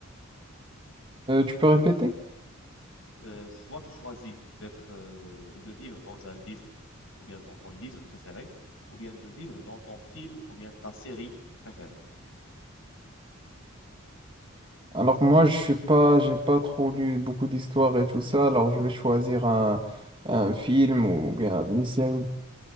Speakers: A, on the right; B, on the left.
A: Euh, tu peux répéter?
B: So- euh, soit tu choisis d'être, euh, de vivre dans un livre, ou bien dans ton livre préféré, ou bien de vivre dans ton film, ou bien ta série préférée.
A: Alors que moi, je suis pas, j'ai pas trop lu beaucoup d'histoires et tout ça, alors je vais choisir un, un film ou bien une série.